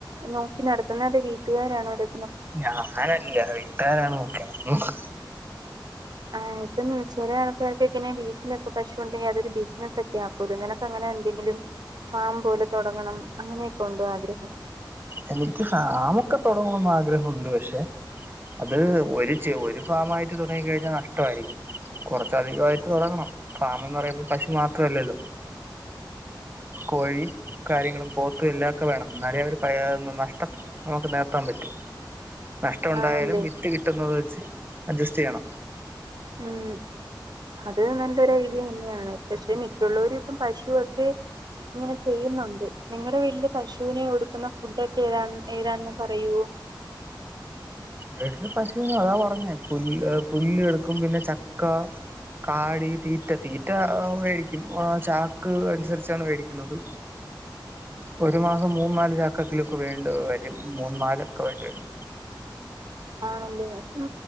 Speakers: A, on the right; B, on the right.
A: നോക്കി നടത്തുന്നെ അത് വീട്ടുകാരാണോ അത്?
B: ഞാനല്ല വീട്ടുകാരാണ് നോക്കിനടത്തുന്നത്.
A: ആ ഇപ്പം ചെല ആൾക്കാർക്കൊക്കങ്ങനെ വീട്ടിലൊക്കെ പശുണ്ടെങ്കിൽ അതൊരു ബിസിനസൊക്കെയാ അപ്പ നിനക്കങ്ങനെ എന്തെങ്കിലും? ഫാം പോലെ തൊടങ്ങണം അങ്ങനെയൊക്കെണ്ടോ ആഗ്രഹം?
B: എനിക്ക് ഫാമൊക്കെ തൊടങ്ങണന്ന് ആഗ്രഹമുണ്ട് പഷെ അത് ഒരു ചെ ഒരു ഫാമായിട്ട് തുടങ്ങി കഴിഞ്ഞാൽ നഷ്ടവായിരിക്കും. കൊറച്ചധികായിട്ട് തൊടങ്ങണം ഫാമെന്ന് പറയുമ്പ പശു മാത്രല്ലല്ലോ. കോഴി കാര്യങ്ങളും പോത്തും എല്ലാക്കെ വേണം ന്നാലേ ഒര് പാ നനനഷ്ടം നമുക്ക് നേകത്താൻ പറ്റു. നഷ്ടം ഒണ്ടായാലും
A: ആണല്ലേ
B: വിറ്റ് കിട്ടുന്നത് വെച്ച് അഡ്ജസ്റ്റ് ചെയ്യണം.
A: ഉം അത് നല്ലൊരു ഐഡിയ തന്നെയാണ് പഷെ മിക്കുള്ളവരും ഇപ്പം പശുവൊക്കെ അങ്ങനെ ചെയ്യുന്നൊണ്ട് നിങ്ങടെ വീട്ടില് പശുനെ കൊടുക്കുന്ന ഫുട്ടൊക്കെ ഏതാണ് ഏതാണന്ന് പറയുവോ?
B: വീട്ടില് പശുന് അതാ പറഞ്ഞേ പുല്ല് പുല്ലെടുക്കും പിന്നെ ചക്ക കാടി തീറ്റ തീറ്റ ആ വേടിക്കും ആ ചാക്ക് അനുസരിച്ചാണ് വേടിക്കുന്നത്. ഒരു മാസം മൂന്ന് നാല് ചാക്കങ്കിലൊക്കെ വേണ്ടി വരും മൂന്ന് നാലൊക്കെ വേണ്ടിവരും.
A: ആണല്ലേ അപ്പം